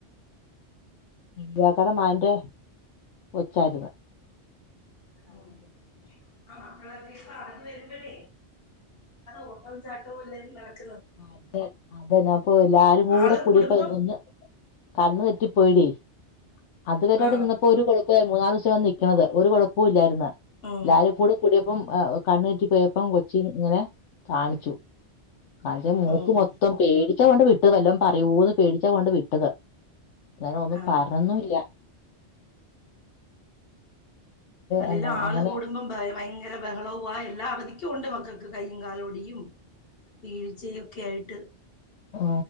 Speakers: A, on the left; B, on the left.
A: ല്യാക്കാൻ്റെ മകൻ്റെ കൊച്ചയിരുന്നു
B: ഉം.
A: <unintelligible>
B: ആ മക്കളൊക്കെ ഇപ്പ അറിഞ്ഞ വരുമ്പോഴേ ഓട്ടം ചാട്ടോവുംല്ലല്ലോ
A: അതെ അതന്നെ അപ്പൊ എല്ലാരും കൂടെ
B: ആള്
A: കൂടിയപ്പോ
B: കൂടുമ്പം
A: ഒന്ന് കണ്ണ് തെറ്റി പോയി ടീ അത്വരെവിടെ
B: ആ
A: നിന്നപ്പോ ഒരു കുഴപ്പ മൂന്ന നിക്കിണ്ത് ഒരു കുഴപ്പ ഇല്ലായിരുന്നു
B: ഉം,
A: ലാ കൂടെ കൂട പ്പം കണ്ണൂറ്റി പോയപ്പം കൊച്ചി ഇങ്ങനെ കാണിച്ചു കഴ മൂക്ക്
B: ഉം,
A: മൊത്തം പേടിച്ചാ കൊണ്ട് വിട്ടതല്ലോ പറയൂന്ന് പേടിച്ചാ കൊണ്ട് വിട്ടത് ഞന ഒന്നും
B: ആ
A: പറന്നുംല്ല
B: അല്ലേലും
A: എന്നാ
B: ആള്
A: അങ്ങനെ
B: കൂടുമ്പം ഭയങ്കര ബഹളവു എല്ലാ അവധിക്കും ഉണ്ട് മക്കൾക്ക് കൈ കാലോടിയും വീഴ്ചയുംക്കെ ആയിട്ട്
A: ആ